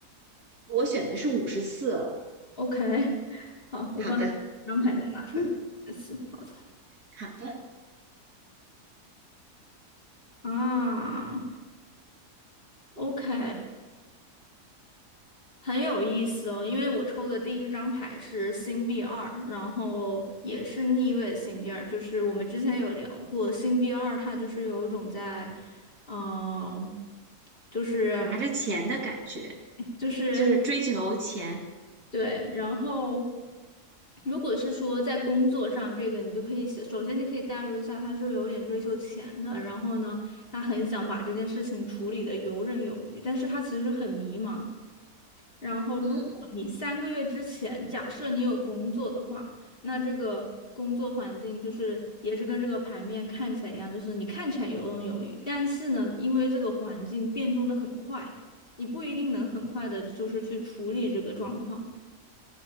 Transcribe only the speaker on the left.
，OK，好，我把
安牌都拿出来。
四，好的
啊。OK，很有意思哦，因为我抽的第一张牌是星币二，然后也是逆位星币二，就是我们之前有聊过，星币二它就是有一种在，嗯、就是
就是
对，然后如果是说在工作上这个，你就可以写首先你可以代入一下，他是有点追求钱的，然后呢，他很想把这件事情处理的游刃有余，但是他其实很迷茫。然后，如果你三个月之前，
假设你有工作的话，那这个工作环境就是也是跟这个牌面看起来一样，就是你看起来游刃有余，但是呢，因为这个环境变动的很快，你不一定能很快的就是去处理这个状况。